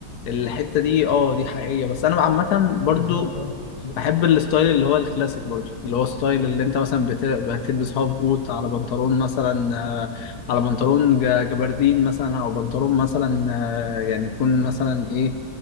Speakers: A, on the left (about 65°); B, on the left (about 20°).
A: الحتة دي أه دي حقيقية بس أنا عامة برضو
B: بالظبط اه ن-
A: بحب الستايل اللي هو الكلاسيك برضو اللي هو الستايل اللي انت مثلا بت- بتلبس هاف بوت على بنطلون مثلا آه، على بنطلون ج- جبردين مثلا او بنطلون مثلا آه، يعني يكون مثلا ايه